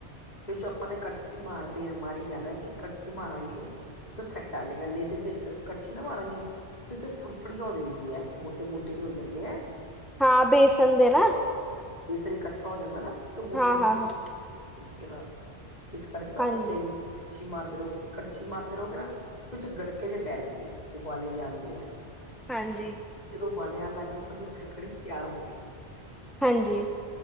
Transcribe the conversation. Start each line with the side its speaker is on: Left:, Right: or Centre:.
Left: ਫਿਰ ਜੋ ਆਪਾਂ ਨੇ ਕੜਛੀ ਮਾਰਦੇ ਮਾਰੀ ਜਾਣਾ ਕਿ ਕੜਛੀ ਮਾਰਾਂਗੇ ਤ ਸੈੱਟ ਆ ਜਾਏਗਾ, ਨਹੀਂ ਤੇ ਜੇ ਕੜਛੀ ਨਾ ਮਾਰਾਂਗੇ ਤੇ ਉਹਤੇ ਫੁੜਫੜੀਆ ਹੋ ਜਾਂਦੀ ਐ ਮੋਟੇ ਮੋਟੇ ਜਿਹੇ ਹੋ ਜਾਂਦੇ ਐ।
Centre: ਹਾਂ ਬੇਸਨ ਦੇ ਨਾ
Left: ਬੇਸਣ ਇਕੱਠਾ ਹੋ ਜਾਂਦਾ ਨਾ ਤੇ ਮੋਟੀ-ਮੋਟੀ
Centre: ਹਾਂ ਹਾਂ ਜੀ
Left: ਕਰਕੇ ਨਾ ਇਸ ਕਰਕੇ ਨਾ
Centre: ਹਾਂ
Left: ਉਹਦੇ
Centre: ਹਾਂਜੀ
Left: ਤੇ ਕੜਛੀ ਮਾਰਦੇ ਰਹੋ ਫ ਕੜਛੀ ਮਾਰਦੇ ਰਹੋਗੇ ਨਾ ਫਿਰ ਚ ਗੜਕੇ ਜੇ ਪੈਣਗੇ, ਉਬਾਲੀ ਜਾਂਦੀ ਐ।
Centre: ਹਾਂਜੀ।
Left: ਜਦੋਂ ਬਾਲੇ ਆਣ ਲੱਗ ਗਏ ਸਮਝ ਤੇਰੀ ਕੜੀ ਤਿਆਰ ਹੋ ਗਈ।
Centre: ਹਾਂਜੀ।